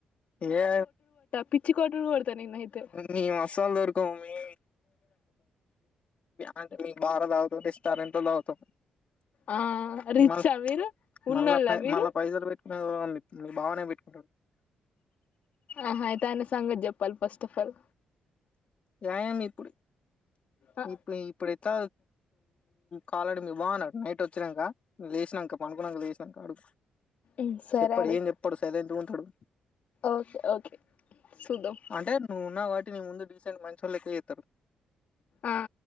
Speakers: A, on the left; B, on the left.
A: ఏ
B: పిచ్చి కొట్టుడు కొడతా నిన్నయితే
A: మేం అస్సల్ దొరకమీ. అంటే మీ బార తాగుతం రెస్టారెంట్ లో తాగుతం.
B: ఆ రిచ్చా
A: మల్
B: మీరు ఉన్నోళ్ళ
A: మళ్ల ప
B: మీరు
A: మల్ల పైసలు బె బాగనే పెట్టుకుంటడు.
B: ఆహ ఇటయన సంగతి చెప్పాలి ఫస్ట్ ఆఫ్ ఆల్
A: న్యాయం ఇప్పుడు
B: ఆ
A: ఇప్పు ఇప్పుడేత కాలడి మీ బాన్నాడు నైట్ వ వచ్చినంక లేసినంక పండుకునంక లేసినంక అడు
B: ఉమ్ సరే
A: చెప్పడు
B: అడుగు
A: ఏం చెప్పడు సైలెంట్ గుంటడు.
B: ఓకే ఓకే చూద్దాం
A: అంటే నువ్వున్నవ్ కాబట్టి నీ ముందు డీసెంట్ మంచోడు లెక్క చేత్తడు
B: ఆ